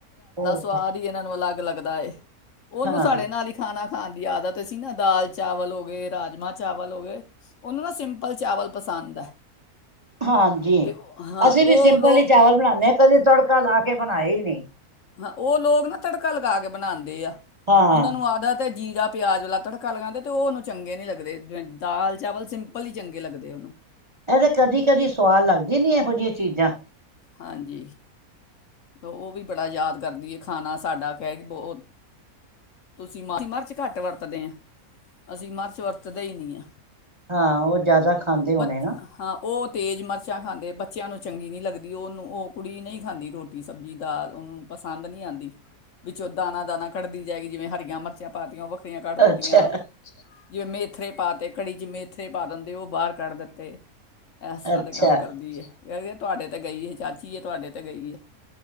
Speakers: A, on the right; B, on the left.
A: ਹੋਰ ਕੁਛ
B: ਸੁਆਦ ਈ ਇਹਨਾ ਨੂੰ ਅਲੱਗ ਅੱਗ ਲੱਗਦਾ ਏ ਉਹਨੂੰ
A: ਹਾਂ
B: ਸਾਡੇ ਨਾਲ ਹੀ ਖਾਣਾ ਹਾਂ ਦੀ ਆਦਤ ਸੀ ਨਾ ਦਾਲ ਚਾਵਲ ਹੋ ਗਏ ਰਾਜਮਾਂ ਚਾਵਲ ਹੋ ਗਏ ਉਹਨੂੰ ਨਾ ਸਿੰਪਲ ਚਾਵਲ ਪਸੰਦ ਹੈ
A: ਹਾਂਜੀ
B: ਅਤੇ ਹਾਂ
A: ਅਸੀਂ
B: ਤੇ ਉਹ
A: ਵੀ ਸਿੰਪਲ
B: ਲੋਕ
A: ਹੀ ਚਾਵਲ ਬਣਾਉਦੇ ਹਾਂ ਕਦੇ ਤੜਕਾ ਲਾ ਕੇ ਬਣਾਏ ਹੀ ਨਹੀਂ
B: ਹਾਂ ਉਹ ਲੋਕ ਨਾ ਤੜਕਾ ਲਗਾ ਕੇ ਬਣਾਉਂਦੇ ਆ
A: ਹਾਂ।
B: ਉਹਨਾਂ ਨੂੰ ਆਦ ਆ ਤੇ ਜੀ ਜਾਂ ਪਿਆਜ ਵਾਲਾ ਤੜਕਾ ਲਗਾਉਂਦੇ ਤੇ ਉਹਓਨੂੰ ਚੰਗੇ ਨੀ ਲੱਗਦੇ ਦਾਲ ਚਾਵਲ ਸਿੰਪਲ ਹੀ ਚੰਗੇ ਲੱਗਦੇ ਉਹਨੂੰ
A: ਇਹਦੇ ਕਦੀ ਕਦੀ ਸਆਾਲ ਲੱਗਦੀ ਨੀ ਇਹੋ ਜਿਹੀ ਠੀਕ ਆ
B: ਹਾਂਜੀ ਉਹ ਵੀ ਬੜਾ ਯਾਦ ਕਰਦੀ ਹੈ ਖਾਣਾ ਸਾਡਾ ਕਹਿ ਕੇ ਬ ਤੁਸੀਂ ਮ ਅਸੀਂ ਮਿਰਚ ਘੱਟ ਵਰਤਦੇ ਹਾਂ ਅਸੀਂ ਮਿਰਚ ਵਰਤਦੇ ਹੀ ਨਹੀਂ ਆ
A: ਹਾਂ ਉਹ ਜ਼ਿਆਦਾ ਖਾਂਦੇ ਹੋਣੇ
B: ਬੱਚ
A: ਨਾ
B: ਹਾਂ ਉਹ ਤੇਜ਼ ਮਿਰਚਾਂ ਖਾਂਦੇ ਬੱਚਿਆਂ ਨੂੰ ਚੰਗੀ ਨਹੀਂ ਲੱਗਦੇ ਉਹਨੂੰ ਉਹ ਕੁੜੀ ਨਹੀਂ ਖਾਂਦੀ ਰੋਟੀ ਸਬਜ਼ੀ ਦਾਲ ਉਹਨੂੰ ਪਸੰਦ ਨਹੀਂ ਆਂਦੀ ਵਿੱਚੋਂ ਦਾਨਾ ਦਾਨਾ ਕੱਢਦੀ ਜਾਏਗੀ ਜਿਵੇਂ ਹਰੀਆਂ ਮਿਰਚਾਂ ਪਾਤੀਆਂ ਵਖ <unintelligible> ਕੱਢ ਦਿੱਤੀਆਂ
A: ਅੱਛਾ,
B: ਜਿਵੇਂ ਮੇਥਰੇ ਪਾਤੇ ਕੜੀ ਚ ਮੇਥਰੇ ਪਾ ਦਿੰਦੇ ਉਹ ਬਾਹਰ ਕੱਢ ਦਿੱਤੇ ਏਸ ਤਰ੍ਹਾਂ
A: ਅੱਛਾ,
B: ਦੇ ਕੰਮ ਕਰਦੀ ਏ <unintelligible> ਤੁਹਾਡੇ ਤੇ ਗਈ ਏ ਚਾਚੀ ਏ ਤੁਹਾਡੇ ਤੇ ਗਈ ਏ